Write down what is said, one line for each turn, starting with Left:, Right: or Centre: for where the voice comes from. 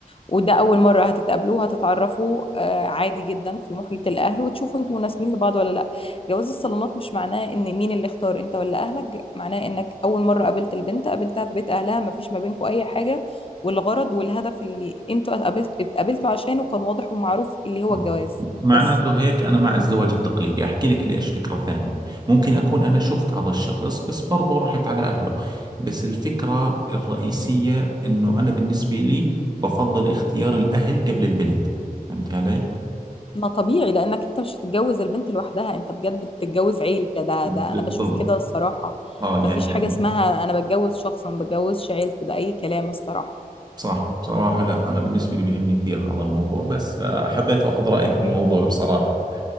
Left: وده اول مره هتتقابلوا هتتعرفوا آه، عادي جدا في محيط الاهل وتشوفوا انتوا مناسبين لبعض ولا لا جواز الصالونات مش معناه ان مين اللي اختار انت ولا اهلك معناه انك اول مره قابلت البنت قابلتها في بيت اهلها مفيش ما بينكوا اي حاجه والغرض والهدف اللي انتوا اتقابلت اتقابلتوا عشانه كان واضح ومعروف اللي هو
Right: آه.
Left: الجواز
Right: معناته
Left: بس
Right: هيك انا مع الزواج التقليدي احكي لك ليش فكرة ثانية ممكن اكون انا شفت هذا الشخص بس برضه رحت على اهله بس الفكرة الرئيسية انه انا بالنسبة لي بفضل اختيار الاهل قبل البنت فهمت علي
Left: ما طبيعي لانك انت مش هتتجوز البنت لوحدها انت بجد بتتجوز عيلة ده
Right: بالضبط
Left: ده انا بشوف كده الصراحة
Right: اه يعني
Left: ما فيش
Right: لان
Left: حاجة اسمها انا بتجوز شخص ما بتجوزش عيلته ده اي كلام الصراحة
Right: صح بصراحة لا انا بالنسبة لي بيهمني كثير هذا الموضوع بس فحبيت اخذ رأيك في الموضوع بصراحة